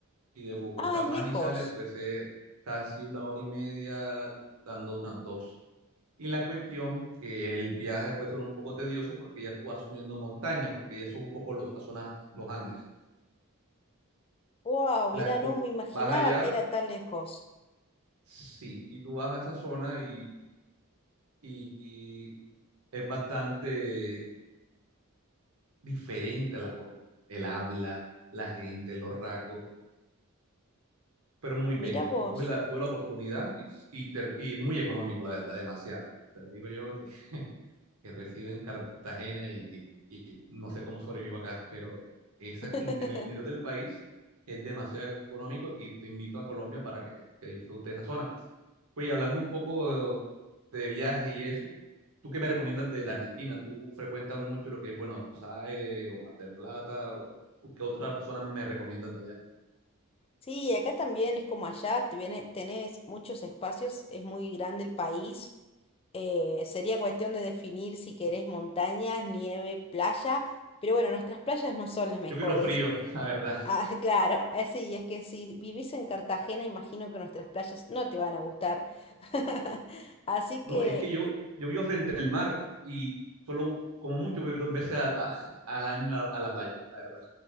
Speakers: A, on the right; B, on the left.
A: Y de Bogotá
B: Ah,
A: a
B: es
A: Manizales
B: lejos.
A: puede ser casi una hora y media, dando unas dos. Y la cuestión que el viaje puede ser un poco tedioso porque ya tú vas subiendo montaña, porque ya son un poco los, las zonas, los Andes.
B: Wow, mira,
A: La-
B: no
A: tú
B: me imaginaba
A: vas allá
B: que era tan lejos.
A: Sí, y tú vas a esa zona y, y- y es bastante diferente la cosa. El habla, la gente, los rasgos, pero muy bello.
B: Mira vos.
A: Y Tuve la, tuve la oportunidad y, y, ter- y muy económico, la verdad, demasiado. Te lo digo yo que reside en Cartagena y, y- y no sé cómo sobrevivo acá, pero esa,
B: <laughs>
A: inter- el interior del país es demasiado económico y te invito a Colombia para que, que disfrutes esa zona. Pues y hablando un poco de, de viaje y eso, ¿tú qué me recomiendas de la Argentina? ¿Tú frecuentas mucho lo que es Buenos Aires o Mar del Plata? ¿O qué otra zona me recomiendas de allá?
B: Sí, acá también es como allá, te viene- tenés muchos espacios, es muy grande el país. Eh, sería cuestión de definir si querés montañas, nieve, playa, pero bueno, nuestras playas no son las mejores.
A: Yo quiero frío, <laughs> la verdad.
B: Ah, <laughs> claro, así es que si vivís en Cartagena, imagino que nuestras playas no te van a gustar. <laughs> Así
A: No,
B: que
A: es que yo, yo vivo frente al mar y solo, como mucho, voy dos veces al, a- al año a, a la playa, la verdad.